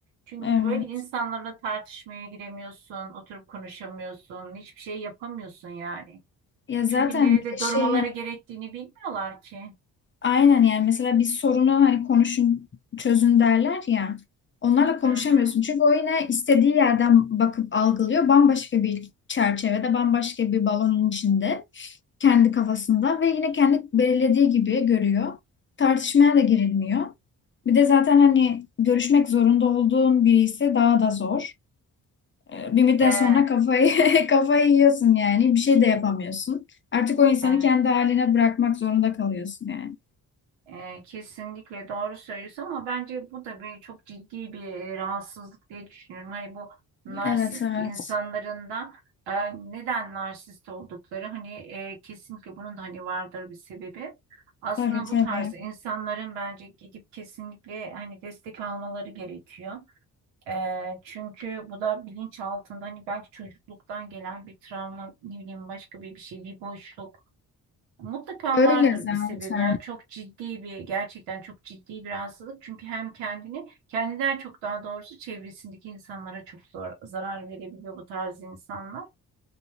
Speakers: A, on the right (about 80°); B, on the left (about 25°).
A: Çünkü
B: Evet.
A: böyle insanlarla tartışmaya giremiyorsun, oturup konuşamıyorsun, hiçbir şey yapamıyorsun yani.
B: Ya zaten
A: Çünkü nerede
B: bir de şey
A: durmaları
B: hani
A: gerektiğini bilmiyorlar ki.
B: aynen yani mesela bir sorunu hani konuşun çözün derler ya. Onlarla konuşamıyorsun.
A: Hı hı.
B: Çünkü o yine istediği yerden bakıp algılıyor. Bambaşka bir çerçevede, bambaşka bir balonun içinde. kendi kafasında ve yine kendi belirlediği gibi görüyor. Tartışmaya da girilmiyor. Bir de zaten hani görüşmek zorunda olduğun biri ise daha da zor. Ee, Bir müddet
A: Ee,
B: sonra kafayı <laughs> kafayı yiyorsun yani. Bir şey de yapamıyorsun. Artık o insanı
A: evet.
B: kendi haline bırakmak zorunda kalıyorsun yani.
A: E, kesinlikle doğru söylüyorsun ama bence bu da bir çok ciddi bir e, rahatsızlık diye düşünüyorum. Hani bu narsist
B: Evet evet.
A: insanların da e, neden narsist oldukları hani e, kesinlikle bunun da hani vardır bir sebebi. Aslında
B: Tabii tabii.
A: bu tarz insanların bence gidip kesinlikle hani destek almaları gerekiyor. E, çünkü bu da bilinç altında hani belki çocukluktan gelen bir travma, ne bileyim başka bir bir şey, bir boşluk. Mutlaka
B: Öyle
A: vardır
B: zaten.
A: bir sebebi. Yani çok ciddi bir, gerçekten çok ciddi bir rahatsızlık. Çünkü hem kendini, kendinden çok daha doğrusu çevresindeki insanlara çok zor, zarar verebiliyor bu tarz insanlar.